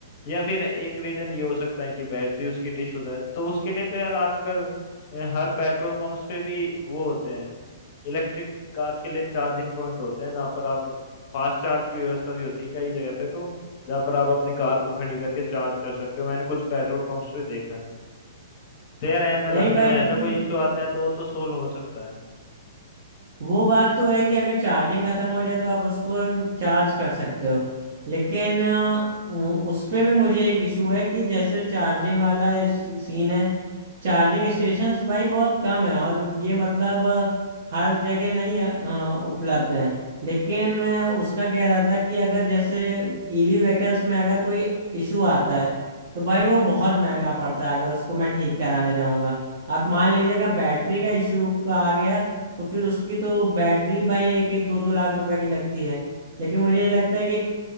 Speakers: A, on the left; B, on the right.
A: या फिर एक रीजन ये हो सकता है कि बैटरी उसकी डिस हो जाए तो उसके लिए तो यार आजकल अ, हर पेट्रोल पंप्स पे भी वो होते हैं इलेक्ट्रिक कार्स के लिए चार्जिंग पॉइंट होते हैं जहाँ पर आप फास्ट चार्ज की व्यवस्था भी होती है कई जगह पे तो जहाँ पर आप अपनी कार को खड़ी करके चार्ज कर सकते हो मैंने कुछ पेट्रोल पंप्स पे देखा है तो यार अगर
B: नहीं
A: रास्ते
B: भाई
A: में
B: लेकिन
A: ऐसा कोई इशू आता है तो वो तो सोल्व हो सकता है
B: वो बात तो है कि अगर चार्जिंग खत्म हो जाए तो आप उसको चार्ज कर सकते हो लेकिन अ, उ- उस पे भी मुझे एक इशू है कि जैसे चार्जिंग वाला सीन है चार्जिंग स्टेशंस भाई बहुत कम है और ये मतलब अ, हर जगह नहीं अ, उपलब्ध है लेकिन मैं उसका कह रहा था कि अगर जैसे ईवी व्हीकल्स में अगर कोई इशू आता है तो भाई वो बहुत महंगा पड़ता है अगर उसको मैं ठीक कराने जाऊंगा अब मान लीजिए अगर बैटरी का इशू का आ गया तो फिर उसकी तो बैटरी भाई एक एक दो दो लाख रुपए की लगती है लेकिन मुझे ये लगता है कि